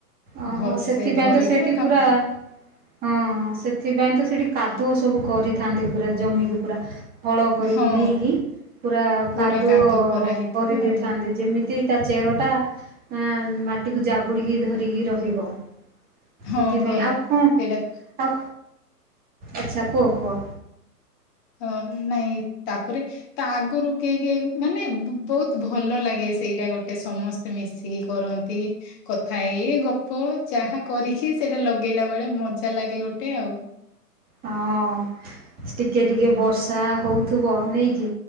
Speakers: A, on the right; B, on the left.
A: ଓହୋ
B: ଭଲସେ
A: ସେଥିପାଇଁ
B: ଧରିବ
A: ତ ସେଇଠି
B: ତା
A: ପୁରା- - ହଁ ସେଥିପାଇଁ ତ ସେଠି କାଦୁଅ ସବୁ କରିଥାନ୍ତି ପୁରା ଜମିକୁ ପୁରା। ହଳ କରିକି
B: ହଁ
A: ନେଇକି ପୁରା
B: ପୁରା
A: କାଦୁଅ
B: କରା ହେଇଥିବ
A: କରିଦେଇଥାନ୍ତି।
B: ଆଉ
A: ଯେମି ତି ଚେର ଟା ଆଁ ମାଟିକୁ ଜାବୁଡିକି ଧରିକି ରହିବ।
B: ହଁ
A: ସେଥିପାଇଁ
B: ପରା
A: ଆଉ କଂ?
B: ସେଇଟା
A: ଆଉ, ଆଚ୍ଛା କୁହ କୁହ।
B: ହ ନାଇଁ ତାପରେ- - ତା ଆଗରୁ କେହି କେ ମାନେ ବ ବହୁତ ଭଲ ଲାଗେ ସେଇଟା ଗୋଟେ ସମ- - ସ୍ତେ ମିଶିକି କରନ୍ତି। କଥା ଏଇ ଗପ ଚାହା କରିକି ସେଇଟା ଲଗେଇଲା ବେଳେ ମଜା ଲାଗେ ଗୋଟେ ଆଉ
A: ହଁ, ଟିକେ ଟିକେ ବର୍ଷା ହଉଥିବ ନେଇକି